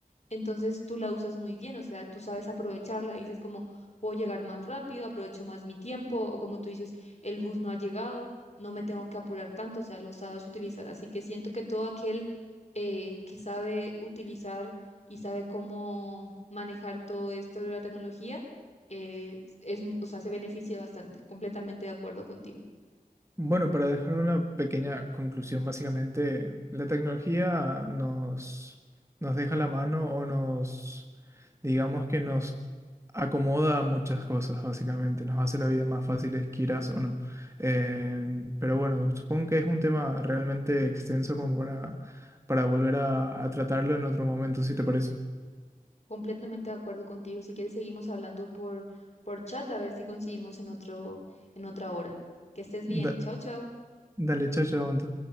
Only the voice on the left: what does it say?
Entonces tú la usas muy bien, o sea, tú sabes aprovecharla y dices como, puedo llegar más rápido, aprovecho más mi tiempo, o como tú dices, el bus no ha llegado, no me tengo que apurar tanto, o sea, lo sabes utilizar. Así que siento que todo aquel eh, que sabe utilizar y sabe cómo manejar todo esto de la tecnología, eh, es, mu- o sea, se beneficia bastante, completamente de acuerdo contigo.
Completamente de acuerdo contigo. Si quieres, seguimos hablando por, por chat a ver si coincidimos en otro, en otra hora. Que estés bien.
Chao, chao.